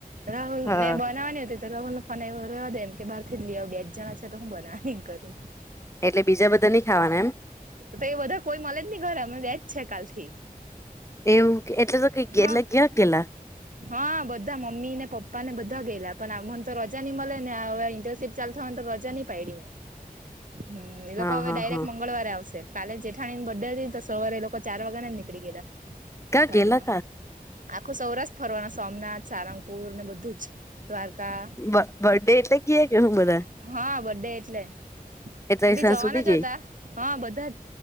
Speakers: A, on the right (about 60°); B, on the left (about 20°).
A: રાહુલ
B: હા
A: મેં બનાવાની હતી રાહુલનો ફોન આયવો કે રહેવા દે એમ કે બહારથી જ લી આવું બે જ જણા છે તો હું બનાવાની એન કરતી.
B: એટલે બીજા બધા ની ખાવાના એમ.
A: તો એ બધા કોઈ મલે જ નહી ઘરે અમે બેજ છે કાલ થી.
B: એવું કે એટલે તો ક
A: હા
B: એટલે ગયા ગેલા.
A: હા બધા મમ્મી ને પપ્પા ને બધા ગેલા પણ મને તો રજા ની મળે ને આ ચાલ થવા ને તો રજા ની પાયડી મે હમ એ લોકો
B: હા
A: હવે
B: હા
A: ડાયરેક્ટ
B: હા
A: મંગળવારે આવશે. કાલે જેઠાણી બર્થ ડે હતી ને તો સવારે એ લોકો ચાર વાગ્યા ના નીકળી ગયેલા
B: ક્યાં
A: ગાડીમાં
B: ગેલા
A: આખો સૌરાષ્ટ્ર ફરવાના સોમનાથ સારંગપુર ને બધું જ દ્વારકા
B: બ બર્ડે કે એટલે કયાં ગામમાં.
A: હા બર્થ ડે એટલે
B: એટલે
A: એમ બી
B: સાસુ
A: જવાના જ
B: ગઈ
A: હતા હા બધાજ